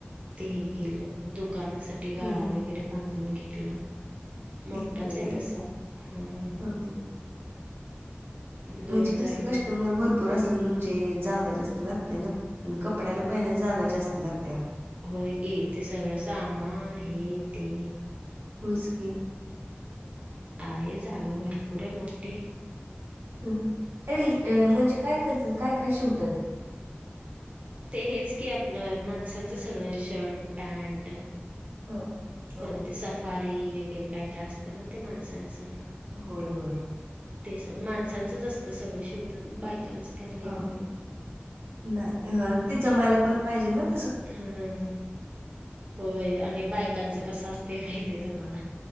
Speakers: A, on the right (about 35°); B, on the right (about 70°).
A: ते हे केलं. दुकानां सांठी
B: हं
A: गांळा
B: हं
A: वगैरें बांधून घेतला. मोठाचं
B: घेतलंय
A: हायं
B: व्हय
A: तसां हां.
B: हं हं
A: दोन
B: म्हणजे कसं
A: जागी
B: कस्टमर भरंपूर असलं म्हणजे जांगा जास्तं लागते नां. आणि कपड्यांला पहिल्यांच जागां जास्तं लागतीया.
A: होयं की ते सगळं सामान हे ते.
B: होयंच की.
A: आहे जागां भरंपूर ये मोठी.
B: अहं ये म्हणजे कायं करतांत कायं कायं शिवतांत.
A: ते हेचं की आपलं माणसांचं सगळं शर्ट पॅन्ट.
B: हं. अ
A: परंत ते सफारी वगैरें कायं कायं असतं नां ते माणसाचं.
B: होयं होयं.
A: ते सं माणसाचंच असतं सगळं शिवतांत बायकांचं काय नाही
B: हां
A: एवढं
B: हां नाहीहं ते जमायंला पणं पाहिजे नां-
A: हम्मं होयं आणि बायकांचं कसं असते माहित आहे तुम्हांला